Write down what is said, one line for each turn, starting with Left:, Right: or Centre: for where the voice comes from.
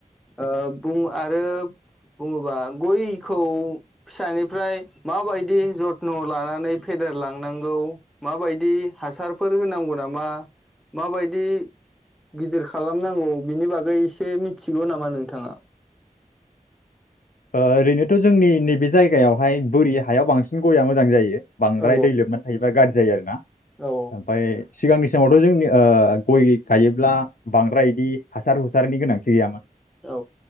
Centre: ओ बुं आरो बुङोबा गयखौ फिसानिफ्राय माबायदि जथ्न' लानानै फेदेरलांनांगौ माबायदि हासारफोर होनांगौ नामा, माबायदि गिदिर खालामनांगौ बिनि बागै एसे मिथिगौ नामा नोंथाङा?
Left: ओ ओरैनोथ' जोंनि नैबे जायगायावहाय बोरि हायाव बांसिन गया मोजां जायो। बांद्राय
Centre: औ
Left: दै लोबनानै थायोबा गाज्रि जायो आरोना।
Centre: औ
Left: ओमफाय सिगांनि समावथ' जोंनि ओ गय गायोब्ला बांद्राय इदि हासार हुसारनि गोनांथि गैयामोन।
Centre: औ।